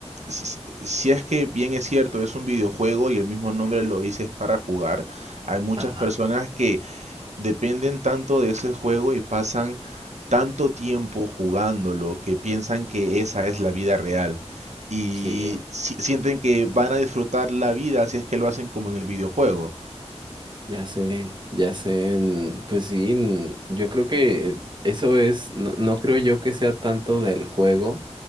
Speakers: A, on the right; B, on the right.
A: si, si es que bien es cierto, es un videojuego y el mismo nombre lo dice es para jugar, hay muchas
B: Ajá,
A: personas que dependen tanto de ese juego y pasan tanto tiempo jugándolo que piensan que esa es la vida real. Y
B: sí,
A: si- sienten que van a disfrutar la vida si es que lo hacen como en el videojuego.
B: ya sé, ya sé. n- Pues sí, n- yo creo que eso es, no, no creo yo que sea tanto del juego,